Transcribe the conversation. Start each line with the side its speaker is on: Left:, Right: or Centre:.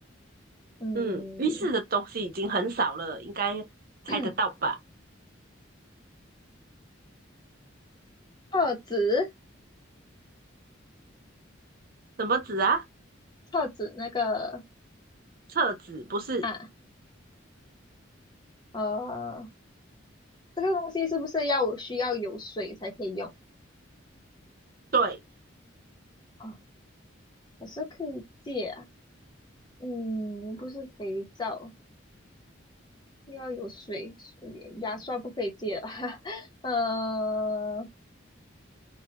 Left: 嗯，
Right: 嗯，浴室的东西已经很少了，应该猜得到吧？
Left: <coughs> <clears throat> 厕纸，
Right: 什么纸啊？
Left: 厕纸那个
Right: 厕纸不是？
Left: 啊。呃，这个东西是不是要需要有水才可以用？
Right: 对。
Left: 啊？可是可以借啊。嗯，不是肥皂，要有水，水牙刷不可以借了。<laughs> 呃，